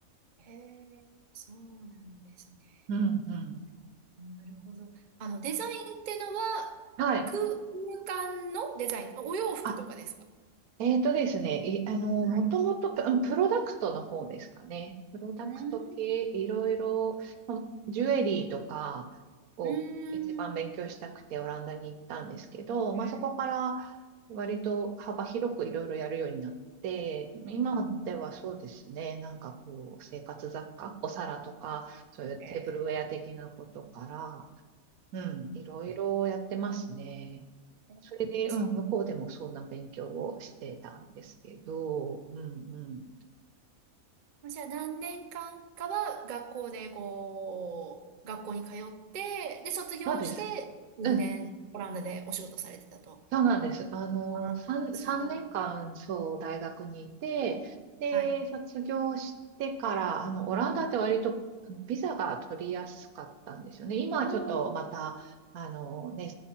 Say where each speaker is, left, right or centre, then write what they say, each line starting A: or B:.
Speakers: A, on the right (about 45°); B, on the right (about 80°).
A: へえ、そうなんですね。
B: うん、うん。
A: なるほど。あの、デザインってのは、
B: はい。
A: 空空間のデザイン、あお洋服とかですか
B: あえーとですね、い、あの、
A: はい。
B: もともとプ、うんプロダクトの方ですかね。プロダクト系、
A: うん、
B: いろいろ、まジュエリーとかを一番勉強したくてオランダに行ったんですけど、
A: うん、へえ、
B: まあ、そこから割と幅広くいろいろやるようになって、今ではそうですね、
A: うんうん、
B: なんかこう、生活雑貨、お皿とか、そういうテーブルウェア的なことから、
A: へえ、
B: うん、
A: うん。
B: いろいろやってますね。
A: え
B: それで、
A: そう
B: うん、向こうでもそんな勉強をしてたんですけど、うんうん。
A: まあじゃあ何年間かは学校でこう、学校に通って、で、卒業して、
B: そうです。
A: 数年オランダでお仕事されてたと。
B: うんそうなんです。あの、
A: ああ、
B: 3、
A: すごい。
B: 三年間、そう、大学にいて、で、
A: はい。
B: 卒業してから、あの、オランダって割とビザが取りやすかったんですよね。今はちょっとまた、
A: おー。
B: あのね、